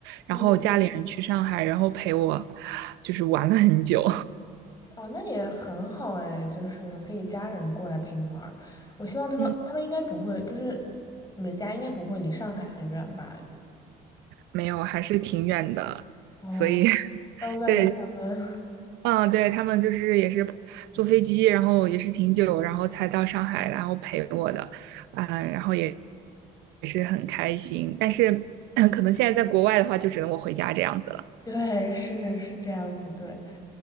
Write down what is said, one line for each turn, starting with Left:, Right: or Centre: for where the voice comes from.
Right: 然后家里人去上海，
Left: 嗯。
Right: 然后陪我就是玩了很久，
Left: 哦，那也很好哎，就是可以家人过来陪你玩儿。我希望他们，
Right: <laughs> 嗯，
Left: 他们应该不会，就是你们家应该不会离上海很远吧？
Right: 没有，还是挺远的，
Left: 哦，
Right: 所以 <laughs>
Left: 那我感觉他们，
Right: 对，嗯，对，他们就是也是坐飞机，然后也是挺久，然后才到上海，然后陪我的，嗯，然后也也是很开心。但是 <clears throat> 可能现在在国外的话，就只能我回家这样子了。
Left: <laughs> 对，是是这样子，对。